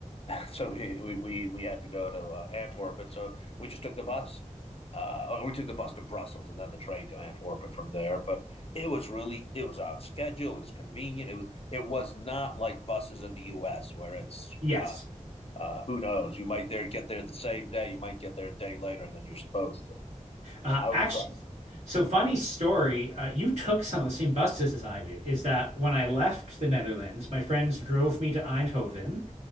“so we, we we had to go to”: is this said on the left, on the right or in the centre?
Left